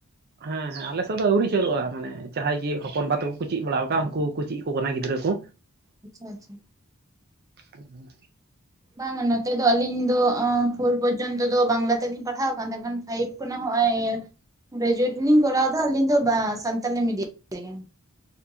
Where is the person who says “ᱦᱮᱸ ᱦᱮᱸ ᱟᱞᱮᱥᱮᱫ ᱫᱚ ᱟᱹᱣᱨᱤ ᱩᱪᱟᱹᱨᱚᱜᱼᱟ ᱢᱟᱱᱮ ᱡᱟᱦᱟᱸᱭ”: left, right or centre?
Right